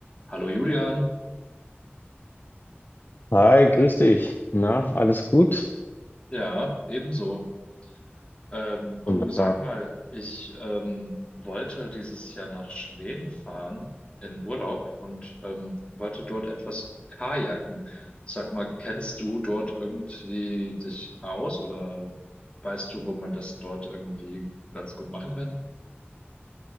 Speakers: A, on the left; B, on the left.
A: Hallo Julian,
B: Hi, grüß dich. Na, alles gut?
A: ja, ebenso. Ähm,
B: Wunderbar.
A: du sag mal, ich ähm, wollte dieses Jahr nach Schweden fahren in Urlaub und ähm, wollte dort etwas kajaken. Sag mal, kennst du dort irgendwie dich aus oder weißt du, wo man das dort irgendwie ganz gut machen kann?